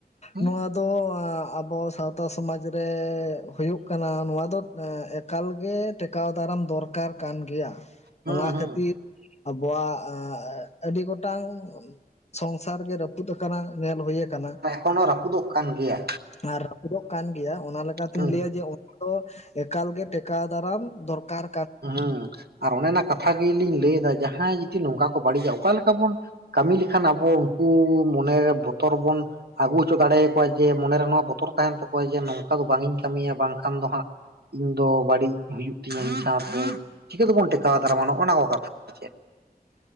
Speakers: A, on the right (about 80°); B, on the left (about 45°).
A: ᱦᱮᱸ
B: ᱱᱚᱣᱟ ᱫᱚ ᱟᱵᱚ ᱥᱟᱶᱛᱟ ᱥᱚ ᱢᱟᱡᱽ ᱨᱮ ᱦᱩᱭᱩᱜ ᱠᱟᱱᱟ ᱱᱚᱣᱟ ᱫᱚ ᱼᱼ ᱮᱠᱟᱞ ᱜᱮ ᱴᱮ ᱠᱟᱣ ᱫᱟᱨᱟᱢ ᱫᱚᱨ ᱠᱟᱨ ᱠᱟᱱ ᱜᱮᱭᱟ
A: ᱦᱩᱸ
B: ᱚᱱᱟ
A: ᱦᱩᱸ
B: ᱠᱷᱟᱹᱛᱤᱨ ᱟᱵᱚ ᱣᱟᱜ ᱟᱹᱰᱤ ᱜᱚᱴᱟᱝ ᱥᱚᱝ ᱥᱟᱨ ᱜᱮ ᱨᱟᱹᱯᱩᱫ ᱠᱟᱱᱟ ᱧᱮᱞ ᱦᱩᱭ ᱠᱟᱱᱟ
A: ᱮᱠᱷᱚᱱ ᱦᱚᱸ ᱨᱟᱹᱯᱩᱫ ᱚᱜ ᱠᱟᱱ ᱜᱮᱭᱟ
B: ᱟᱨ ᱨᱟᱹᱯᱩᱫ ᱚᱜ ᱠᱟᱱ ᱜᱮᱭᱟ ᱚᱱᱟ ᱞᱮ ᱠᱟᱛᱤᱧ
A: ᱦᱩᱸ
B: ᱞᱟᱹᱭᱟ ᱡᱮ <unintelligible> ᱮᱠᱟᱞ ᱜᱮ ᱴᱮ ᱠᱟᱣ ᱫᱟᱨᱟᱢ ᱫᱚᱨ ᱠᱟᱨ
A: ᱦᱩᱸ ᱟᱨ ᱚᱱᱟ ᱚᱱᱟ ᱠᱟᱛᱷᱟ ᱜᱮ ᱞᱤᱧ ᱞᱟᱹᱭ ᱫᱟ ᱡᱟᱦᱟᱸᱭ ᱡᱩᱫᱤ ᱱᱚᱝ ᱠᱟ ᱠᱚ ᱵᱟᱹᱲᱤᱡᱟ ᱚᱠᱟ ᱞᱮᱠᱟ ᱵᱚᱱ ᱠᱟᱹᱢᱤ ᱞᱮ ᱠᱷᱟᱱ ᱟᱵᱚ ᱩᱱᱠᱩ ᱢᱚᱱᱮ ᱵᱚᱛᱚᱨ ᱵᱚᱱ ᱟᱹᱜᱩ ᱦᱚ ᱪᱚ ᱫᱟᱲᱮᱭ ᱟᱠᱚᱣᱟ ᱡᱮ ᱢᱚᱱᱮ ᱨᱮᱱᱟᱜ ᱵᱚᱛᱚᱨ ᱛᱟᱦᱮᱱ ᱛᱟ ᱠᱚᱣᱟ ᱡᱮ ᱱᱚᱝ ᱠᱟ ᱫᱚ ᱵᱟᱝ ᱤᱧ ᱠᱟᱹᱢᱤ ᱭᱟ ᱵᱟᱝ ᱠᱷᱟᱱ ᱫᱚ ᱦᱟᱸᱜ ᱤᱧ ᱫᱚ ᱵᱟᱹᱲᱤᱡ ᱦᱩᱭᱩᱜ ᱛᱤᱧᱟᱹ <unintelligible> ᱪᱤᱠᱟᱹ ᱛᱮ ᱵᱚᱱ ᱴᱮ ᱠᱟᱣ ᱫᱟᱨᱟᱢ-ᱟ ᱱᱚᱜᱼᱱᱟ ᱠᱚ ᱠᱟᱛᱷᱟ ᱪᱮᱫ